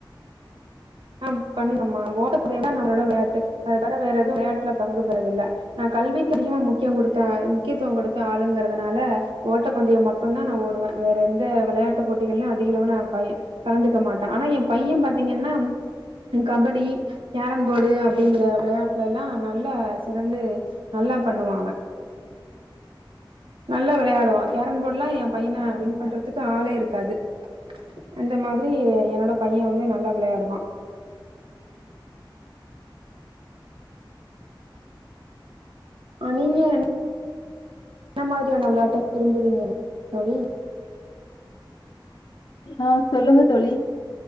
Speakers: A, on the right; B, on the left.
A: ஆ பண்ணுங்கம்மா ஓ ட்ட பந்தயம் தா நம்மலோட வெளாட்டு அது தவற வேற எதும் விளையாட்டுல பங்கு பெறதில்ல நான் கல்விக்கு அதிகமா முக்யோ குடுத்த முக்கியத்துவோ குடுத்த ஆளுங்கறதுனால ஓட்டப்பந்தயம் மட்டு தா நா ஓடுவேன் வேற எந்த விளையாட்டுப் போட்டிகள்ளிலு அதிகளவு நா க கலந்துக்க மாட்டே ஆனா என் பைய பாத்தீங்கன்னா கபடி கேரம்போர்டு அப்டிங்கற விளையாட்லலா நல்லா சிறந்து நல்லா பண்ணுவா அவ
B: உ
A: நல்ல விளையாடுவான் கேரன் போர்ட்லா என் பைன
B: சரி
A: பண்றதுக்கு ஆளே இருக்காது அந்த மாதிரி என்னோட பைய வந்து நல்லா விளையாடுவா <unintelligible> என்ன மாதிரியான விளயாட்டு விரும்புவிங்க தோழி
B: ஆ சொல்லுங்க தோழி